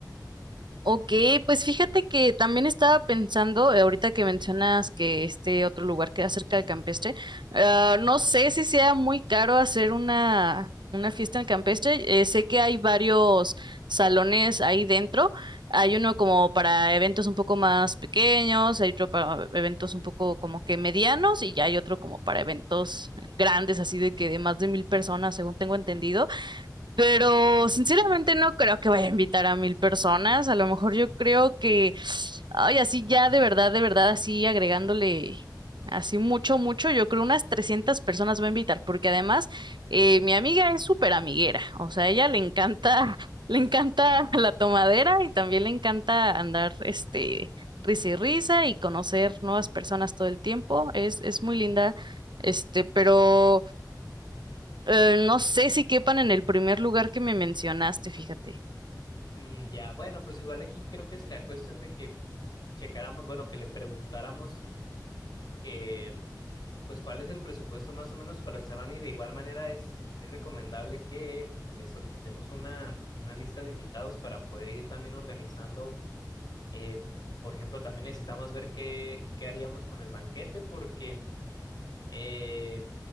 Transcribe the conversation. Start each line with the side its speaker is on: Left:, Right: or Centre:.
Right: Ok, pues fíjate que también estaba pensando, eh, ahorita que mencionas que este otro lugar queda cerca del campestre, ah, no sé si sea muy caro hacer una, una fiesta en el campestre. eh, sé que hay varios salones ahí dentro. Hay uno como para eventos un poco más pequeños, hay otro para eventos un poco como que medianos y ya hay otro como para eventos grandes, así de que de más de mil personas, según tengo entendido. Pero sinceramente no creo que vaya a invitar a mil personas. A lo mejor yo creo que, ay, así ya de verdad, de verdad, así agregándole así mucho, mucho, yo creo unas 300 personas va a invitar, porque además eh, mi amiga es súper amiguera. O sea, a ella le encanta, <laughs> le encanta la tomadera y también le encanta andar, este, risa y risa y conocer nuevas personas todo el tiempo. Es, es muy linda, este, pero... Eh, no sé si quepan en el primer lugar que me mencionaste, fíjate.
Left: Mm, ya, bueno, pues igual aquí creo que será cuestión de que checáramos, bueno, que le preguntáramos que, pues, cuál es el presupuesto más o menos para el salón y de igual manera es, es recomendable que le solicitemos una, una lista de invitados para poder ir también organizando. eh, por ejemplo, también necesitamos ver qué, qué haríamos con el banquete porque eh,